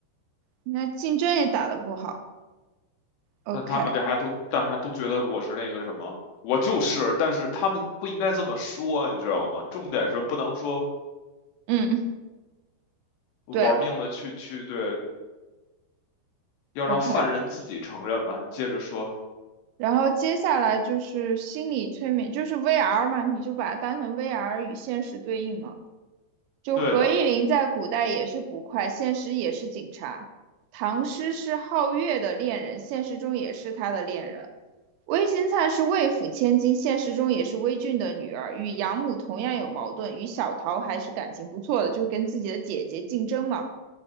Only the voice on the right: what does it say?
那竞争也打得不好。OK，
嗯，
对
，OK。
然后接下来就是心理催眠，就是 VR 嘛，你就把它当成 VR 与现实对应嘛。就何依琳在古代也是捕快，
现实也是警察；唐诗是皓月的恋人，现实中也是他的恋人；魏新灿是魏府千金，现实中也是魏俊的女儿，与养母同样有矛盾，与小桃还是感情不错的，就跟自己的姐姐竞争嘛。